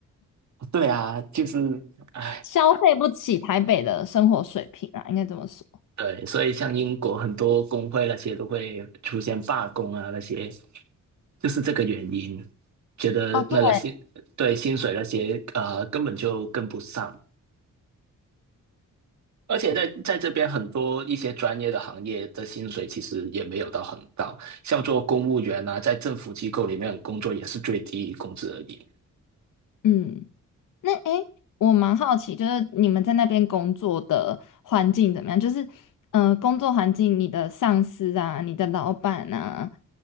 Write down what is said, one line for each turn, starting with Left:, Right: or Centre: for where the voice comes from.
Right: 对啊，就是。唉
Left: 消费不起台北的生活水平啊，应该这么说。
Right: 对，所以像英国很多工会那些都会出现罢工啊，那些就是这个原因，觉得那个薪对薪水那些呃根本就跟不上，
Left: 哦，对。
Right: 而且在在这边很多一些专业的行业的薪水其实也没有到很高，像做公务员啊，在政府机构里面工作也是最低工资而已，
Left: 嗯，那诶，我蛮好奇，就是你们在那边工作的环境怎么样？就是，嗯，工作环境，你的上司啊，你的老板啊，